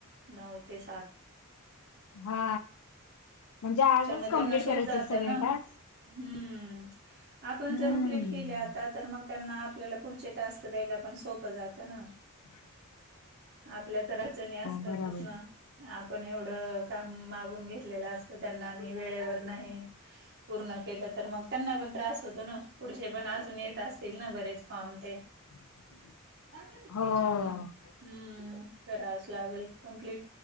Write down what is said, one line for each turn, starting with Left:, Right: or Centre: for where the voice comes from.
Right: नऊ ते सात
Left: हा म्हणजे आजच
Right: त्याच्यामध्ये
Left: कमप्लीट
Right: त्यांना
Left: करायचे
Right: सोप जात
Left: सगळे
Right: ना
Left: टास्
Right: हम्म आपण
Left: हम्म.
Right: जर कप्लीट केले आता तर मग त्यांना आपल्याला पुढचे टास्क द्यायला पण सोपं जातं ना
Left: ब
Right: आपल्या तर अडचणी असतातच
Left: बराबर
Right: ना आपण एवढं काम मागून घेतलेलं असतं त्यांना आणि वेळेवर नाही पूर्ण केलं तर मग त्यांना पण त्रास होतो ना पुढचे पण अजून येत असतील ना बरेच फॉम ते
Left: <inaudible>
Right: निघ
Left: हो.
Right: त्याच्यामु हम्म करावच लागेल कम्प्लीट